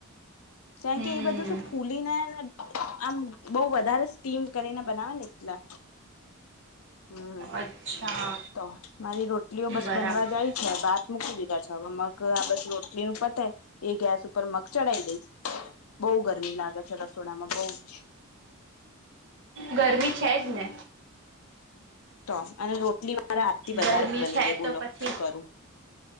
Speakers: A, on the left (about 80°); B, on the right (about 60°).
A: કારણ
B: હમ
A: કે એ બધું શું ફૂલીને આમ બહ વધારે સ્ટીમ કરીને બનાવે ને એટલા. હમ
B: અચ્છા
A: તો મારી રોટલીઓ બસ
B: બરાબર
A: બનવા જાય છે ભાત મૂકી દીધા છે હવે મગ આ બસ રોટલીનું પતે એ ગેસ ઉપર મગ ચઢાવ દઈશ. બહુ ગરમી લાગે છે રસોડામાં બહુ જ.
B: ગરમી છે જ ને
A: તો અને રોટલી મારે આજ થી વધારે
B: ગરમી
A: બની
B: છે
A: ગઈ બોલો
B: તો પછી
A: શું કરું